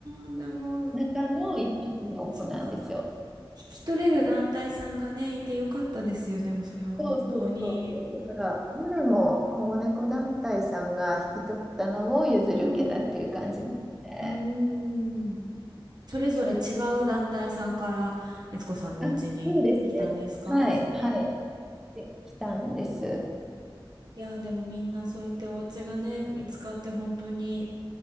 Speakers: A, on the right; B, in the centre.
A: ー、でも、
B: <laughs> 中の一匹の子なんですよ。
A: そっか。引き取れる団体さんがね、いてよかったですよ。でもそれは本当に。
B: そうそうそうそう。だから、どれも保護猫団体さんが引き取ったのを譲り受けたっていう感じなので。
A: うん。うん。うーん。それぞれ違う団体さんから、悦子さんのお家に来たんですかそっか。
B: あそうですね。はい、はい。で、来たんです。
A: なるほど。いやー、でもみんなそうやってお家がね、見つかって本当に